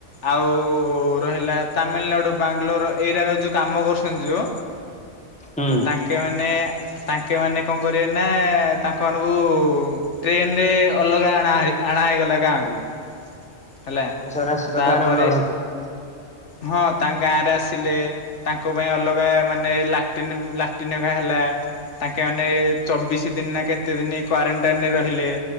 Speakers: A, on the left; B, in the centre.
A: ଆଉ ରହିଲା ତାମିଲନାଡୁ, ବାଙ୍ଗଲୋର ଏଇରାକ ଯୋଉ କାମ କରୁସନ୍ତି ଯୋଉ
B: ହୁଁ
A: ତାଙ୍କେ ମାନେ ତାଙ୍କେ ମାନେ କଣ କରିବେ ନାଁ ତାଙ୍କ ମାନଙ୍କୁ ଟ୍ରେନ୍ ରେ ଅଲଗା ଆଣା ହଏ। ଆଣା ହେଇଗଲା ଗାଁକୁ। ହେଲା
B: ହଁ ମାନେ ସେରା <unintelligible>
A: ତାପରେ
B: ଅଲଗା ରହୁଥୁଲେ।
A: ହଁ ତାଙ୍କ ଗାଁରେ ଆସିଲେ ତାଙ୍କ ପାଇଁ ଅଲଗା ମାନେ ଲାଟିନ୍ ଲାଟିନ୍ ଅକା ହେଲା। ତାଙ୍କେ ମାନେ ଚବିଶି ଦିନ ନାଁ କେତେ ଦିନି କ୍ଵାରେଣ୍ଟାଇନ୍ ରେ ରହିଲେ।